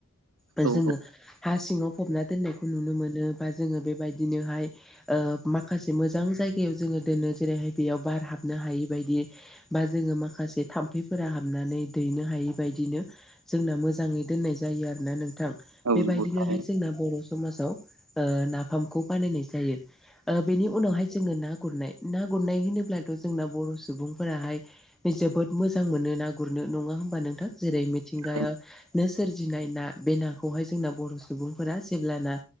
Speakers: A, in the centre; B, on the right.
A: बा
B: औ
A: जोङो हा सिङाव फबना दोननायखौ नुनो मोनो बा जोङो बेबायदिनोहाय ओ माखासे मोजां जायगायाव जोङो दोनो जेरैहाय बेयाव बार हाबनो हायि बायदि बा जोङो माखासे थाम्फैफोरा हाबनानै दैनो हायि बायदिनो जोंना मोजाङै दोननाय जायो आरोना नों थां
B: औ
A: बेबायदिनोहाय
B: नंगौ थारैनो
A: जोंना बर' समाजाव ओ नाफामखौ बानायनाय जायो। बेनि उनावहाय जोङो ना गुरनाय ना गुरनाय होनोब्लाथ' जोंना बर' सुबुंफोराहाय जोबोद मोजां मोनो ना गुरनो नङा होमबा नोंथां? जेरै मिथिंगाया
B: औ
A: नो सोरजिनाय ना बे नाखौहाय जोंना बर' सुबुंफोरा जेब्लाना